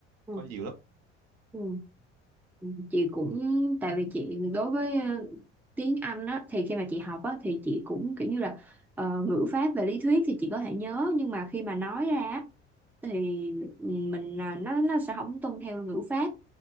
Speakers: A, in the centre; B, on the right.
A: Ừ.
B: có nhiều lắm
A: Ừ. chị cũng tại vì chị đối với ờ, tiếng Anh á thì khi mà chị học á thì chị cũng kiểu như là ờ, ngữ pháp về lý thuyết thì chị có thể nhớ nhưng mà khi mà nói ra á, thì ừ, mình à, nó nó sẽ không tuân theo ngữ pháp